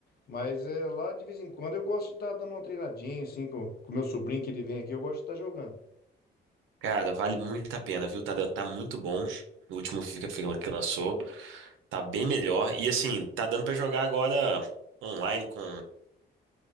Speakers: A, on the left (about 50°); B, on the right (about 80°).
A: Mas é lá de vez em quando eu gosto de estar dando uma treinadinha, assim, com o meu sobrinho que ele vem aqui, eu gosto de estar jogando.
B: Cara, vale muito a pena, viu? Tá, da- tá muito bom. O último FIFA que que lançou tá bem melhor. E assim, tá dando pra jogar agora online com,